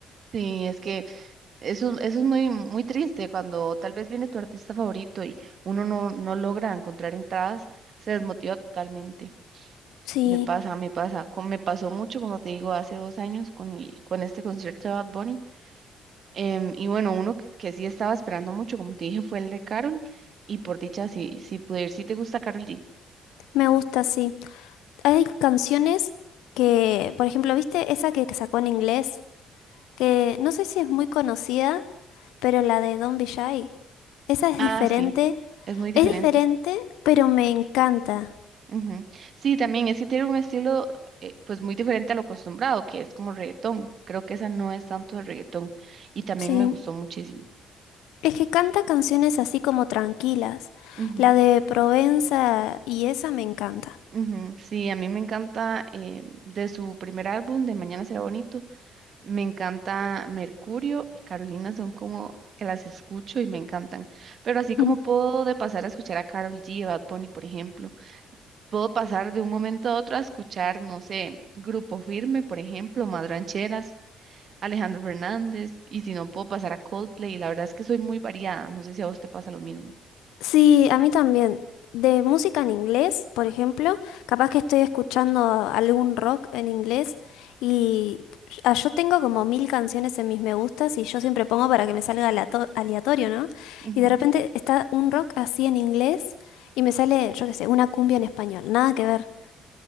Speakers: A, on the right; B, on the left.
A: Sí, es que Eso, eso es muy, muy triste cuando tal vez viene tu artista favorito y uno no, no logra encontrar entradas, se desmotiva totalmente.
B: Sí,
A: Me pasa, me pasa. co- Me pasó mucho, como te digo, hace dos años con el, con este concierto de Bad Bunny. Em, y bueno, uno que, que sí estaba esperando mucho, como te dije, fue el de Carol. Y por dicha, sí, sí pude ir. ¿Sí te gusta Carol G?
B: me gusta, sí. Hay canciones que, por ejemplo, ¿viste esa que sacó en inglés? que no sé si es muy conocida, pero la de Don't Be Shy. Esa es
A: Ah,
B: diferente.
A: sí, es muy diferente.
B: Es diferente, pero me encanta.
A: Ujú. Sí, también es que tiene un estilo eh, pues muy diferente a lo acostumbrado, que es como reggaetón. Creo que esa no es tanto de reggaetón y también
B: Sí.
A: me gustó muchísimo.
B: Es que canta canciones así como tranquilas.
A: Ujú,
B: La de Provenza y esa me encanta.
A: ujú. Sí, a mí me encanta eh, de su primer álbum, de Mañana será bonito, me encanta Mercurio y Carolina son como que las escucho y me encantan. Pero así como
B: <laughs>
A: puedo de pasar a escuchar a Karol G, a Bad Bunny, por ejemplo, puedo pasar de un momento a otro a escuchar, no sé, Grupo Firme, por ejemplo, Más Rancheras. Alejandro Fernández, y si no puedo pasar a Coldplay, la verdad es que soy muy variada, no sé si a vos te pasa lo mismo.
B: Sí, a mí también. De música en inglés, por ejemplo, capaz que estoy escuchando algún rock en inglés y ah, yo tengo como mil canciones en mis me gustas y yo siempre pongo para que me salga alato- aleatorio, ¿no?
A: Ujú.
B: Y de repente está un rock así en inglés y me sale, yo qué sé, una cumbia en español, nada que ver.